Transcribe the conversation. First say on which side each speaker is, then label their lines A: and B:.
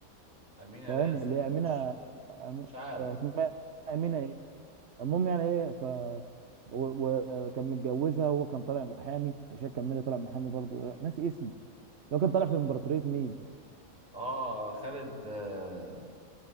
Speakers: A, on the right; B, on the right.
A: امينه
B: فاهم
A: رزق
B: اللي
A: مش
B: هي امينه أم...
A: مش عارف
B: اسمها امينه إيه؟ المهم يعني ايه ف و- وكان متجوزها هو كان طالع محامي مش فاكر كان مين اللي طالع محامي برضو ناسي اسمه اللي هو كان طالع في امبراطورية ميم
A: اه خالد آه،